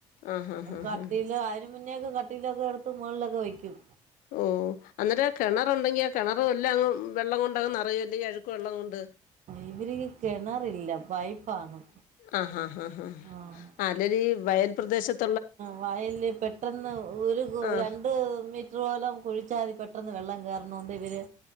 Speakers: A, on the left; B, on the right.
A: ആഹ് ആഹ് ആഹ്
B: കട്ടില്
A: ആഹ്
B: അതിന് മുന്നേയൊക്കെ കട്ടിലൊക്കെ എടുത്ത് മോളിലൊക്കെ വെയ്ക്കും.
A: മ് എന്നട്ട് ആ കെണറൊണ്ടെങ്കി ആ കെണറും എല്ലാമങ്ങ് വെള്ളം കൊണ്ടങ്ങ് നെറയുമല്ലോ ഈ അഴുക്ക് വെള്ളം കൊണ്ട്
B: ഇവര് ഈ കെണറില്ല പൈപ്പാണ്.
A: ആഹ് ആഹ് ആഹ്
B: ആഹ്
A: അല്ലേലും ഈ വയൽ പ്രദേശത്ത്
B: വയലില് ഈ പെട്ടെന്ന് ഒരു <unintelligible>
A: ആഹ്
B: രണ്ട് മീ <unintelligible> കുഴിച്ചാ മതി പെട്ടെന്ന് വെള്ളം കേറുന്നോണ്ട് ഇവര്